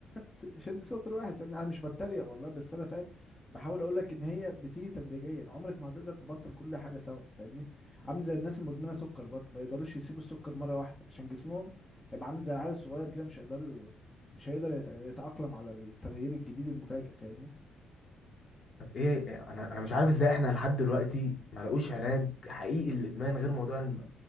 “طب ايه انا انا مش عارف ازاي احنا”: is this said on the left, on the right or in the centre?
Left